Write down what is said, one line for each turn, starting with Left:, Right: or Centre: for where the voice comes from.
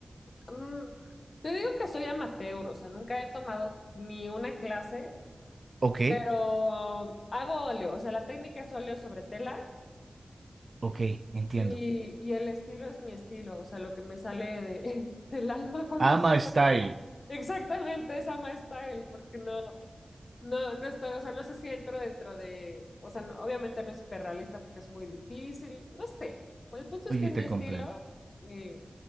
Left: Mm, te digo que soy amateur, o sea, nunca he tomado ni una clase,
Right: Ok,
Left: pero hago óleo, o sea, la técnica es óleo sobre tela
Right: ok, entiendo.
Left: y, y el estilo es mi estilo, o sea, lo que me sale de, <laughs> del alma cuando
Right: Ama
Left: empiezo
Right: Style.
Left: a pintar. Exactamente, esa my style, porque no. No, no estoy, o sea, no sé si entro dentro de, o sea, no- obviamente no es hiperrealista porque es muy difícil, no sé. Bueno, el punto
Right: Oye,
Left: es que es
Right: te
Left: mi estilo
Right: comprendo.
Left: y,